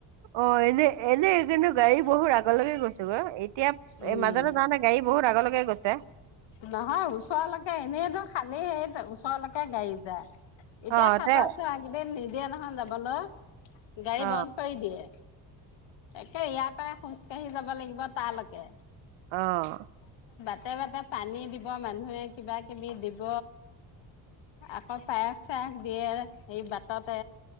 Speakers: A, on the right (about 65°); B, on the left (about 65°).
A: অ এনে এনেনে গাড়ী বহু ৰা আগলৈকে গৈছো গ এতিয়া
B: উম
A: মাজতে যা নে গাড়ী বহুত আগলৈকে গৈছে
B: নহয় ওচৰলৈকে এনেইটো খালেই ওচৰলৈকে গাড়ী যায় এতিয়া
A: অ
B: সাতৰ
A: তে
B: আছো আগেইদিন নি দিয়া নহয় যাবলৈ গাই
A: অ
B: বন কৰি দিয়ে তাকে ইয়া পৰাই কঢ়ি যাব লাগিব তালৈকে
A: অ
B: তাতে বাতে পানী দিব মানুহে কিবা কিবি দিব আকৌ পায়স চায়স দিয়ে সেই বাটতে